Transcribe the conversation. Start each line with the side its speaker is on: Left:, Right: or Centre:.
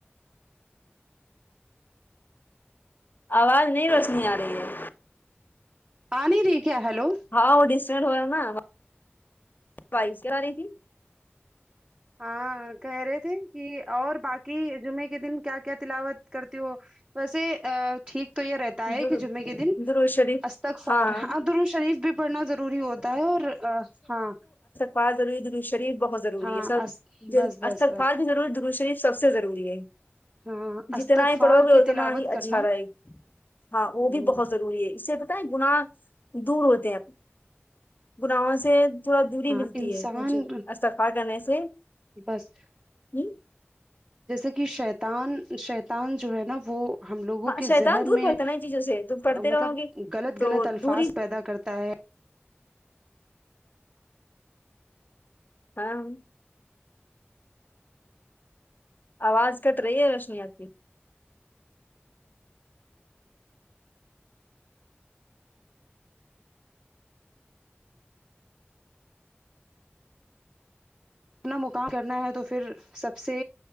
Left: آواز نہیں رچنی آ رہی ہے
Right: آ نہیں رہی کیا کیا ہیلو
Left: ہاں وہ ڈسٹ ہو ہےا بائی س ساری
Right: ہاں کہہ رہے تھے کہ اور باقی جمعے کے دن کیا کیا تلاوت کرتی ہو ویسے ٹھیک تو یہ رہتا
Left: ہ
Right: ہے کہ جمعے کے دن
Left: درو شریف
Right: استغفار
Left: ہاں
Right: ہا در شریف بھی پڑھنا ضروری ہوتا ہے اور ہاں
Left: بادری د شریف بہت ضروری
Right: ہاں
Left: ہے سب
Right: اس- بس بس
Left: استغفار
Right: بس
Left: بھی ضور ہے درو شریف سب سے ضروری ہے
Right: ہاں استغفار
Left: جتنا ہی پڑھو گے
Right: کی
Left: اتنا
Right: تلاوت
Left: ہی
Right: کرنا
Left: اچھا رہے گی ہاں وہ
Right: ہوں،
Left: بھی بہت ضروری ہے اس سے پتا ہے گناہ دور ہوتے ہیں گناہوں سے تھوڑا دوری
Right: ہاں
Left: ملتی
Right: انسان
Left: ہے جی استفار کرنے سے
Right: بس
Left: جی
Right: جیسے کہ شیطان شیطان جو ہے نا وہ ہم لوگوں
Left: ہاں
Right: کے
Left: شیطان
Right: ذہن
Left: دور
Right: میں
Left: بھگتا ہے نا ان چیزوں سے تم پڑھتے
Right: مطلب
Left: رہو گے
Right: غلط
Left: تو
Right: غلط الفاظ
Left: دوری
Right: پیدا کرتا ہے
Left: ہاں آواز کٹ رہی ہے روشنییات کی
Right: اپنا مقام کرنا ہے تو پھر سب سے